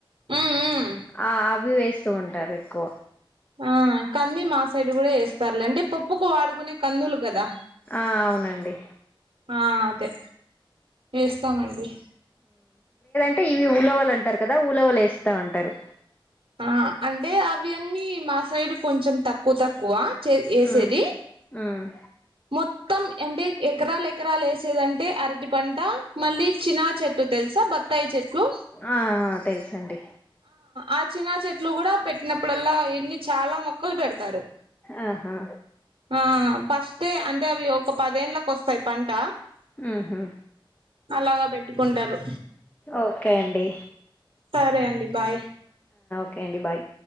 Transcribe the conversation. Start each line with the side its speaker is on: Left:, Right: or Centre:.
Right: మ్మ్ మ్మ్
Left: ఆ అవి వేస్త స్తూ ఉంటారు ఎక్కువ
Right: ఆ కంది మా సైడ్ కూడా వేస్తారులే అంటే పప్ పప్పుకు వాడుకునే కందులు కదా
Left: ఆ అవునండి
Right: ఆ అదే వేస్తామండి
Left: అంటే ఇవి ఉలవలు అంటారు కదా ఉలవలు వేస్తా ఉంటారు
Right: ఆ అంటే అవి అన్నీ మా సైడ్ కొంచెం తక్కువ తక్కువ చే యేసేది
Left: ఉమ్ ఉమ్
Right: మొత్తం అంటే ఎకరాలు ఎకరాలు వేసేదంటే అరటి పంట మళ్ళీ చినా చెట్టు తెలుసా బ తాయి చెట్లు
Left: ఆ ఆ తెలుసండి
Right: ఆ చినా చెట్లు కూడా పెట్టిన ప్పుడల్ల ఎన్ని చాలా మొక్కలు పెడతారు
Left: ఆహా
Right: ఆ ఫస్టే అంటే అవి ఒక పది ఏండ్లకు వస్తాయి పంట
Left: ఊహు
Right: అలాగా పెట్టుకు ఉండరు
Left: ఓకే అండి
Right: సరే అండి బాయ్
Left: ఒకే అండి బాయ్